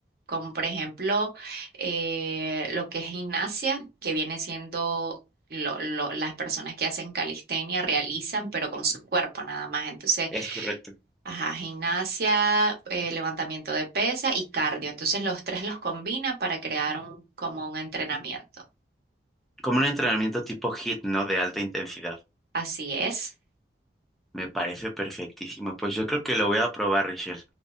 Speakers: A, on the right; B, in the centre.
A: como por ejemplo eh, lo que es gimnasia, que viene siendo lo, lo- las personas que hacen calistenia realizan, pero con
B: Ujú.
A: su cuerpo nada más. Entonces,
B: Es correcto.
A: ajá, gimnasia, eh, levantamiento de pesa y cardio. Entonces, los tres los combina para crear un, como un entrenamiento.
B: Como un entrenamiento tipo HIIT, ¿no? De alta intensidad.
A: Así es.
B: Me parece perfectísimo. Pues yo creo que lo voy a probar, Richel.